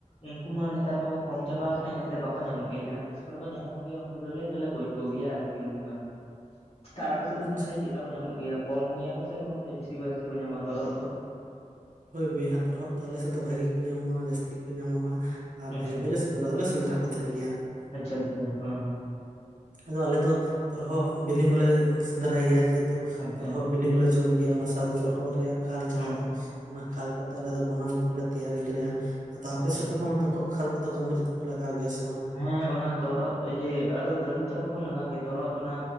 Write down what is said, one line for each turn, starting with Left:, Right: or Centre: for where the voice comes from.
Left: ᱩᱱᱠᱩ ᱢᱟ ᱱᱮᱛᱟᱨ ᱢᱟᱠᱚ ᱠᱚᱢ ᱪᱟᱵᱟᱣ ᱠᱟᱱᱟ ᱤᱱᱟᱹᱛᱮ ᱵᱟᱠᱚ ᱧᱟᱢᱚᱜ ᱜᱮᱭᱟ ᱡᱟᱦᱟᱸ ᱛᱤᱥ ᱠᱚᱨᱮ ᱠᱚ ᱧᱟᱢᱚᱜ ᱜᱮᱭᱟ ᱩᱱᱠᱩ ᱫᱚᱞᱮ ᱫᱚᱞᱮ ᱜᱚᱡ ᱠᱚᱜᱮᱭᱟ ᱟᱨ ᱡᱚᱢᱠᱟ, ᱛᱟᱨ ᱟᱯᱮ ᱥᱮᱫ ᱫᱚ
Right: ᱟᱪᱪᱷᱟ
Left: ᱛᱟᱦᱚᱞᱮ ᱪᱮᱫᱠᱟ ᱠᱚ ᱧᱟᱢᱚᱜ ᱜᱮᱭᱟ ᱠᱚᱢ ᱜᱮᱭᱟ ᱠᱚ ᱥᱮ ᱚᱱᱠᱟᱛᱮ ᱵᱮᱥᱤ ᱵᱟᱭᱥᱤ ᱠᱚ ᱧᱟᱢᱚᱜᱼᱟ ᱛᱚᱨᱦᱚᱫ ᱠᱚ?
Right: ᱦᱳᱭ ᱵᱩᱭᱦᱟ ᱛᱚᱨᱦᱚᱫ ᱫᱚ ᱟᱞᱮᱥᱮᱫ ᱫᱚ ᱵᱷᱟᱜᱤ ᱠᱚ ᱧᱟᱢᱚᱜᱼᱟ ᱡᱟᱹᱥᱛᱤ ᱠᱩ ᱧᱟᱢᱚᱜᱼᱟ ᱟᱨ
Left: ᱟᱪᱪᱷᱟ
Right: ᱵᱷᱟᱹᱜᱤ ᱜᱤᱞᱮᱥ ᱥᱮᱸᱫᱽᱨᱟ ᱫᱚᱞᱮ ᱥᱮᱸᱫᱽᱨᱟ ᱠᱚ ᱛᱷᱮᱱ ᱜᱤᱭᱟ᱾
Left: ᱟᱪᱪᱷᱟ ᱟᱪᱪᱷᱟ ᱦᱟᱸ
Right: ᱟᱫᱚ ᱟᱞᱮ ᱫᱚ ᱛᱚᱨᱦᱚᱫ ᱵᱤᱞᱤ ᱦᱚᱸᱞᱮ ᱥᱮᱸᱫᱽᱨᱟᱭ ᱜᱮᱭᱟ ᱡᱮᱦᱮᱛᱩ
Left: ᱟᱪᱪᱷᱟ
Right: ᱛᱚᱨᱦᱚᱫ ᱵᱤᱞᱤ ᱦᱚᱸᱞᱮ ᱡᱚᱢ ᱜᱮᱭᱟ ᱚᱱᱟ ᱥᱟᱶᱛᱮ ᱛᱚᱨᱦᱚᱫ ᱨᱮᱭᱟᱜ ᱠᱷᱟᱞ
Left: ᱦᱚᱸ
Right: ᱡᱟᱦᱟᱸ ᱫᱚ ᱚᱱᱟ ᱠᱷᱟᱞ ᱠᱟᱛᱮᱜ ᱟᱞᱮ ᱫᱚ ᱵᱟᱱᱟᱢ ᱠᱚᱦᱚᱸᱞᱮ ᱛᱮᱭᱟᱨ ᱜᱮᱞᱮᱭᱟ ᱟᱫᱚ ᱟᱯᱮ
Left: ᱟᱪᱪᱷᱟ
Right: ᱥᱮᱫ ᱦᱚᱸ ᱛᱚᱨᱦᱚᱜ ᱠᱷᱟᱞ ᱠᱚᱫᱚ ᱠᱟᱹᱢᱤ ᱨᱮᱫᱚᱯᱮ ᱞᱟᱜᱟᱣ ᱜᱮᱭᱟ ᱥᱮ ᱵᱟᱝᱼᱟ?
Left: ᱦᱮᱸ ᱚᱱᱟ ᱛᱚᱨᱦᱚᱫ ᱤᱭᱟᱹ ᱟᱫᱚ ᱫᱟᱹᱫᱩ ᱛᱟᱠᱚ ᱠᱚ ᱞᱟᱜᱟᱣ ᱜᱮᱭᱟ ᱛᱚᱨᱦᱚᱫ ᱚᱱᱟ